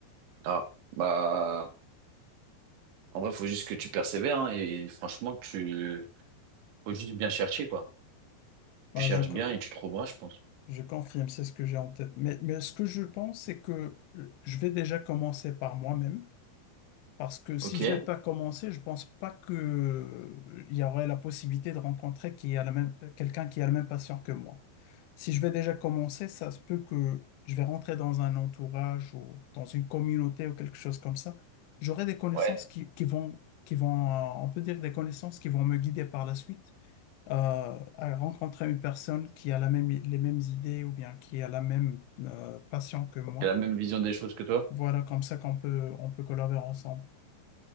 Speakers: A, on the right; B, on the left.
A: Ah, bah, en vrai, faut juste que tu persévères, hein, et franchement, tu, faut juste bien chercher, quoi.
B: Bah,
A: Tu cherches
B: je, co-
A: bien et tu trouveras, je pense.
B: je confirme, c'est ce que j'ai en tête. Mais, mais ce que je pense, c'est que euh, je vais déjà commencer par moi-même. Parce que si
A: Ok.
B: je vais pas commencer, je pense pas que euh, il y aurait la possibilité de rencontrer qui a la même quelqu'un qui a la même passion que moi. Si je vais déjà commencer, ça se peut que je vais rentrer dans un entourage ou dans une communauté ou quelque chose comme ça. J'aurai des connaissances
A: Ouais.
B: qui, qui vont qui vont euh, on peut dire des connaissances qui vont me guider par la suite euh, à rencontrer une personne qui a la même les mêmes idées ou bien qui a la même euh, passion que moi.
A: J'ai la même vision des choses que toi?
B: Voilà, comme ça qu'on peut on peut collaborer ensemble.